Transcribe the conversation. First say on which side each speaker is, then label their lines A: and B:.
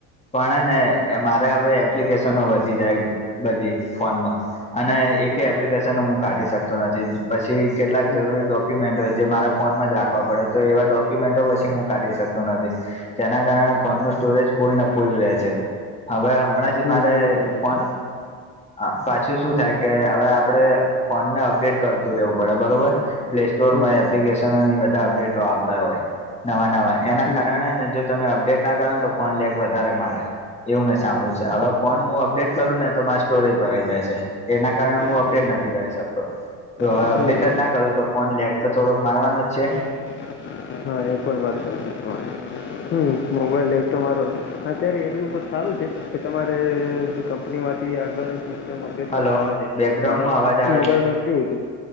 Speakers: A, on the left; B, on the left.
A: પણ હેને
B: હમ
A: એમાં હવે એપ્લિકેશનો વધી જાય બધી. ફોનમાં અને એકે એપ્લિકેશન હું કાઢી શકતો નથી. પછી કેટલાક
B: હમ
A: જરૂરી ડોક ડોક્યુમેન્ટ
B: હમ
A: હોય જે મારા ફોનમાં જ રાખવા પડે. તો એવા ડોક્યુમેન્ટો પછી હું કાઢી શકતો નથી. જેના કારણે ફોનનું સ્ટોરેજ ફૂલ ને ફૂલ રહે છે. હવે હમણાં જ જે
B: હમ
A: મારે
B: હમ બરાબર
A: ફોન આ પાછું શું થાય કે હવે આપણે ફોનને અપડેટ કરતું રહેેવું પડે બરોબર. પ્લે સ્ટોરમાં
B: હમ
A: એપ્લિકેશનનો એ બધા અપડેટો આવતા હોય. નવા નવા એના
B: હમ
A: કારણે
B: હમ
A: હેને જો તમે અપડેટ ના કરો ને તો ફોન લેક વધારે મારે એવું મેં સાંભળ્યું છે. હવે ફોન હું અપડેટ કરું ને તો મા સ્ટોરેજ ભરાઈ જાય છે. એના કારણે હું
B: હા
A: અપડેટ નથી કરી શકતો. જો હવે
B: હમ
A: અપડેટ
B: હમ
A: જ ના કરું તો ફોન લેક તો થોડોક મારવાનો જ છે.
B: હમ હા એ પણ વાત સાચી તમારે. હમ મોબાઈલ લેવ તો મારવાનો અત્યારે એટલું તો સારું છે. કે તમારે જે કંપનીમાંથી આગળ જે તે અપડેટ
A: હલો
B: તમારે આવે છે.
A: બેકગ્રાઉન્ડમાં
B: મારા
A: અવાજ આવે
B: મોબાઈલમાં
A: છે
B: કેવું હતું